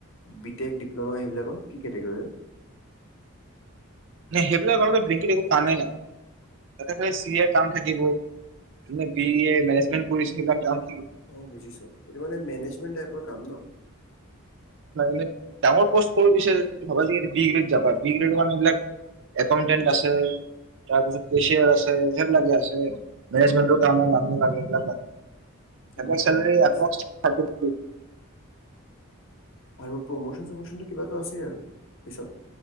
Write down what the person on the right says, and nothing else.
সেইবিলক কাৰণে ব্ৰকেট কামেই নাই। <unintelligible> এৰ থাকিব বি এ মেজমট কৰিছে এইবাক থাকিব।
ন, তেৰ পষ্ট কৰ দিছে সব বি গ্ৰেড যাবা বিগ্ৰেডানেলোক একাউণ্টেণ্ট আছে। তাৰপিছত কেচিয়াৰ আছে, সেইবিলাকে আছে, মেজমেটাৰ মানুহ লাগে এইবিলাক আমাৰ
চেলাৰী
এটমষ্ট থাৰ্টি থ্ৰী।